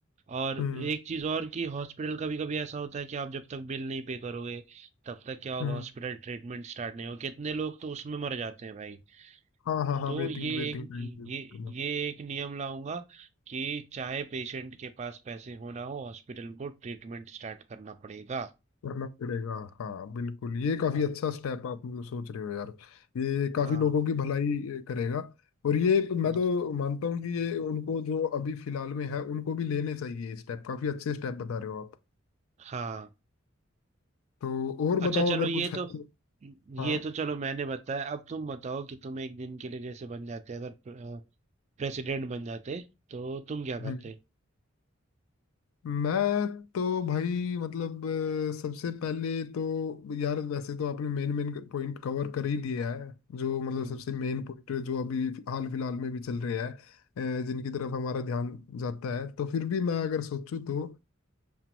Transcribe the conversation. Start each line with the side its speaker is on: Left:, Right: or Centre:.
Right: और
Left: हम्म
Right: एक चीज और कि हॉस्पिटल कभी कभी ऐसा होता है कि आप जब तक बिल नहीं पे करोगे तब तक क्या होगा
Left: हम्म
Right: हॉस्पिटल ट्रीटमेंट स्टार्ट नहीं होगा कितने लोग तो उसमें मर जाते हैं भाई
Left: हाँ हाँ हाँ
Right: तो
Left: वेटिंग
Right: ये
Left: वेटिंग
Right: एक
Left: टाइम
Right: ये
Left: करना
Right: ये एक नियम लाऊंगा कि चाहे पेशेंट के पास पैसे हो ना हो हॉस्पिटल को ट्रीटमेंट स्टार्ट करना पड़ेगा
Left: करना पड़ेगा हाँ बिल्कुल ये काफी
Right: हाँ
Left: अच्छा स्टेप आप मतलब सोच रहे हो यार ये काफी
Right: हाँ
Left: लोगों की भलाई करेगा और ये मैं
Right: हम्म,
Left: तो मानता हूँ कि ये उनको जो अभी फिलहाल में है उनको भी लेने चाहिए ये स्टेप काफी अच्छे स्टेप बता रहे हो आप
Right: हाँ
Left: तो और
Right: अच्छा
Left: बताओ
Right: चलो
Left: अगर
Right: ये
Left: कुछ है
Right: तो
Left: तो
Right: ये
Left: हाँ
Right: तो चलो मैंने बताया अब तुम बताओ कि तुम एक दिन के लिए जैसे बन जाते अगर प्रेसिडेंट बन जाते तो तुम क्या
Left: हम्म।
Right: करते
Left: मैं तो भाई मतलब अ, सबसे पहले तो यार वैसे तो आपने मेन मेन पॉइंट कवर कर ही दिया है जो मतलब
Right: हम्म
Left: सबसे मेन पॉइंट जो अभी हाल फिलहाल में भी चल रहा है अ, जिनकी तरफ हमारा ध्यान जाता है तो फिर भी मैं अगर सोचूं तो